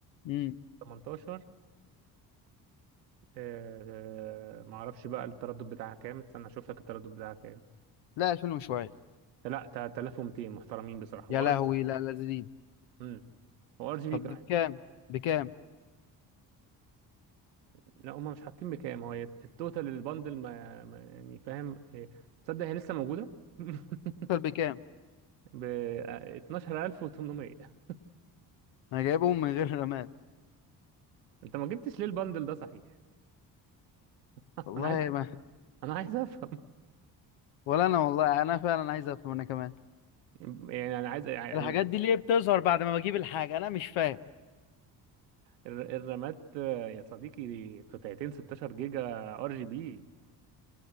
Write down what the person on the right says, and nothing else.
18 آه، آه، معرفش بقى التردد بتاعها كام استنى اشوف لك التردد بتاعها كام
لا 3200 محترمين بصراحه
وار
جي
امم وار جي بي
كمان
لا هم مش حاطين بكام هو يت- التوتال البندل ما ما- يعني فاهم إيه، تصدق هي لسه موجوده <laughs>
ب 12800
انت ما جبتش ليه البندل ده صحيح <laughs>
انا عايز
انا عايز افهم
<laughs> يعني انا عايز يعني
ال-
ال- الرامات آه، يا صديقي قطعتين 16 جيجا ار جي بي